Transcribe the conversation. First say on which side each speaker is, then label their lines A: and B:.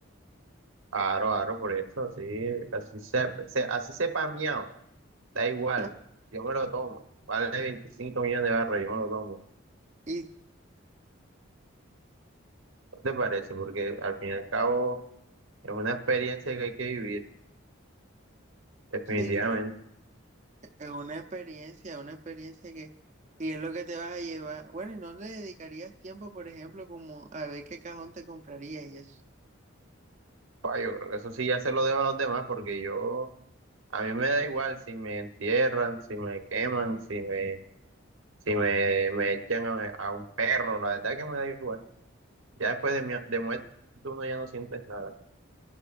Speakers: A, on the right; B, on the right.
A: Aro, aro, por eso, así, así se, se- así sepa miau. da igual,
B: <laughs>
A: yo me lo tomo. Vale 25 millones de barras, yo me lo tomo.
B: Y
A: ¿No te parece? Porque al fin y al cabo es una experiencia que hay que vivir, definitivamente.
B: sí, claro, es una experiencia, una experiencia que, y es lo que te vas a llevar. Bueno, y no le dedicarías tiempo, por ejemplo, como a ver qué cajón te compraría y eso.
A: Pa, yo creo que eso sí ya se lo dejo a los demás, porque yo, a mí me da igual si me entierran, si me queman, si me, si me, me echan a, a un perro, la verdad que me da igual. Ya después de, mi, de muerte uno ya no sientes nada.